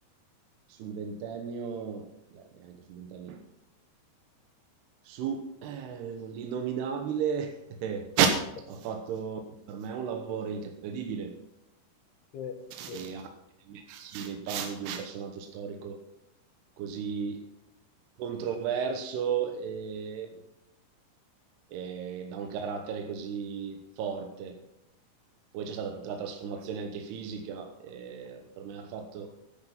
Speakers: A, on the right (about 75°); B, on the left (about 70°).
A: sul ventennio, eh, neanche sul ventennio, su eh, l'innominabile <laughs> eh,
B: <laughs>
A: ha fatto per me un lavoro incredibile
B: Sì, sì.
A: e anche mettersi nei panni di un personaggio storico così controverso e eh, da un carattere così forte. Poi c'è stata tutta la trasformazione anche fisica, eh, per me ha fatto